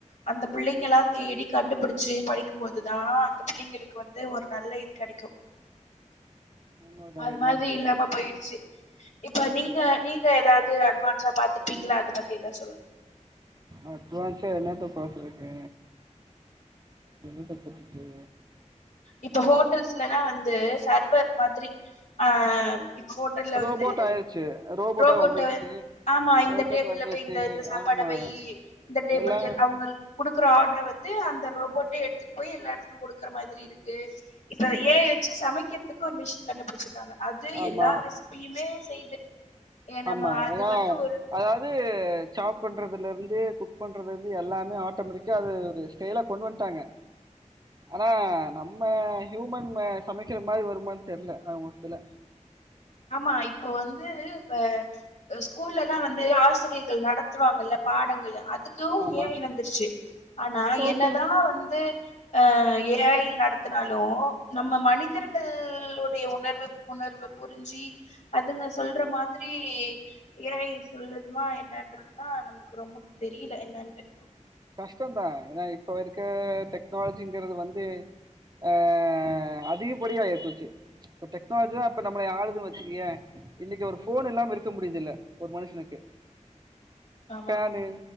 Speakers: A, on the left; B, on the right.
A: அந்த புள்ளைங்களா தேடி கண்டுபிடிச்சு படிக்கும்போதுதா அந்த புள்ளைங்களுக்கு வந்து ஒரு நல்ல இது கெடைக்கு
B: உண்மதா
A: அது
B: இல்லன்னு
A: மாரி
B: சொல்லல
A: இல்லாம போயிடுச்சு இப்ப நீங்க நீங்க எதாவ்து அட்வான்ஸா பாத்துர்ப்பீங்ள அத பத்தி எதா சொல்லுங்க
B: அட்வான்ஸா என்னத்த பாத்துருக்கே என்னத்த பாத்துருக்கே
A: இப்ப ஹோட்டல்ஸ்லல்லா வந்து சர்வர் மாதிரி ஆ இப்போ ஹோட்டல்ல
B: ரோபோட்
A: வந்து
B: ஆயிருச்சு ரோபோட்டா
A: ரோபோட்டு
B: வந்துருச்சு
A: ஆமா இந்த
B: ரோபோட்
A: டேபில்ல
B: வந்துருச்சு
A: போயி இந்த சாப்பாட
B: ஆமா
A: வெய்யி இந்த டேபிள்க்கு
B: எல்லா
A: எ அவ்ங்குள் குடுக்குற ஆட்ர வந்து அந்த ரோபோட்டே எடுத்துட்டு போயி எல்லா எடத்துக்கு குடுக்குற மாதிரி இருக்கு இப்ப ஏ ஐ வெச்சு சமைக்கிறதுக்கு ஒரு மிஷின் கண்டுப் புடிச்சட்டாங்க அது
B: ஆமா
A: எல்லா ரெசிப் பியுமே செய்து ஏ நம்ம
B: ஆமா
A: அது
B: ஏன்னா
A: வந்து ஒரு
B: அதாவது சாப் பண்ணறதுலருந்து குக் பண்ணுறதுலிர்ந்து எல்லாமே ஆட்டோமெட்டிக்கா அது ஒரு செயலா கொண்டு வந்ட்டாங்க ஆனா நம்ம ஹியூமன்க சமைக்கிற மாரி வருமான் தெரிஅல ஆகமொத்துல
A: ஆமா இப்போ வந்து இப்ப அ ஸ்கூலெல்லா வந்து ஆசிரியைகள் நடத்துவாங்கல்ல பாடங்களு அதுக் கு
B: ஆமா
A: ஏ ஐ வந்துருச்சு ஆனா
B: ஆமா
A: என்னதா வந்து ஆ ஏ ஐ நடத்துனாலு நம்ம மனிதர்கள் உடைய உணர்வு உணர்வுப் பு ரிஞ்சி அதுங்க சொல்ற மாதிரி ஏ ஐ சொல்லும்மா என்னன்றதுனா நமக்கு ரொம்ப தெரியில என்னன்ட்டு
B: கஷ்டம்பா ஏனா இப்ப இருக்க டெக்னாலஜிங்கறது வந்து ஆ அதிகப்படியா ஆயிப்போச்சு இப்ப டெக்னாலஜிதா இப்ப நம்மளய ஆளுதுன் வச்சிக்கியே இன்னிக்கு ஒரு ஃபோனு இல்லாம இருக்க முடிற்தில்ல ஒரு மனுஷனுக்கு
A: ஆமா
B: ஃபேனு